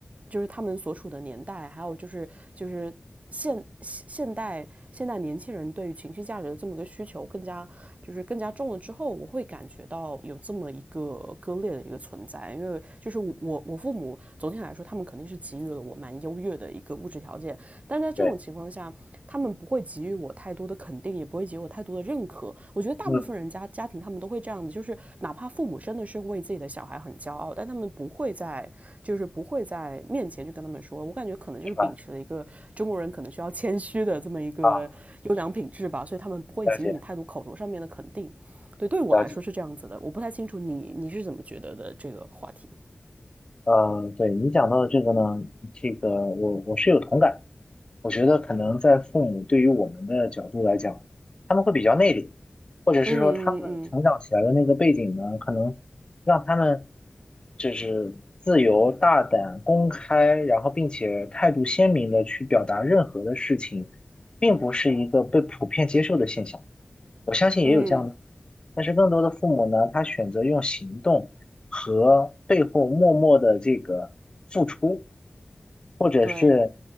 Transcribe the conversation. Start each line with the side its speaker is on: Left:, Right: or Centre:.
Right: 就是他们所处的年代，还有就是就是现现现代现代年轻人对于情绪价值的这么一个需求更加就是更加重了之后，我会感觉到有这么一个割裂的一个存在。因为就是我我父母总体来说，他们肯定是给予了我蛮优越的一个物质条件，但在这种情况下，
Left: 对，
Right: 他们不会给予我太多的肯定，也不会给予我太多的认可。我觉得大部分人家家庭他们都会这样子，
Left: 嗯，
Right: 就是哪怕父母真的是为自己的小孩很骄傲，但他们不会在就是不会在面前去跟他们说。我感觉可能就是秉持了一个中国人可能需要谦虚的这么一个优良品质吧，
Left: 明白啊，
Right: 所以他们不会给予你太多口头上面的肯定。
Left: 了解
Right: 对，对我来说是这样子的，
Left: 了解。
Right: 我不太清楚你你是怎么觉得的这个话题。
Left: 呃，对你讲到的这个呢，这个我我是有同感。我觉得可能在父母对于我们的角度来讲，他们会比较内敛，或者是说他们成长起来的那个背景呢，
Right: 嗯嗯
Left: 可能让他们就是自由、大胆、公开，然后并且态度鲜明的去表达任何的事情，并不是一个被普遍接受的现象。我相信也有这样的。
Right: 嗯嗯，
Left: 但是更多的父母呢，他选择用行动和背后默默的这个付出，或者是
Right: 对。